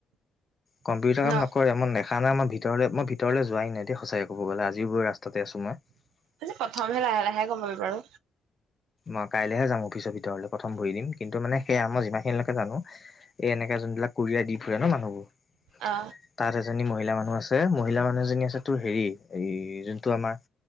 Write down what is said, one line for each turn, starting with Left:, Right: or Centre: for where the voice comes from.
Left: কম্পিউটাৰ
Right: ন
Left: কাম নকৰে মই নেখা নাই মই ভিতৰলে মই ভিতৰলৈ যোৱাই নাই দেই সঁচাকে ক'ব গ'লে আজিও বোৰ ৰাস্তাতে আছো মই।
Right: আজি প্ৰথমহে লাহে লাহে গম পাবি বাৰু
Left: অ', কাইলেহে যাম অফিচৰ ভিতৰলৈ প্ৰথম ভৰি দিম কিন্তু মানে সেয়া মই যিমানখিনিলৈকে জানো এ এনে এতিয়া যোনবিলাক কোৰিয়াৰ দি ফুৰে ন মানুহবোৰ।
Right: অ
Left: তাত এজনী মহিলা মানুহ আছে, মহিলা মানুহ এজনী আছে তোৰ হেৰি এই যোনটো আমাৰ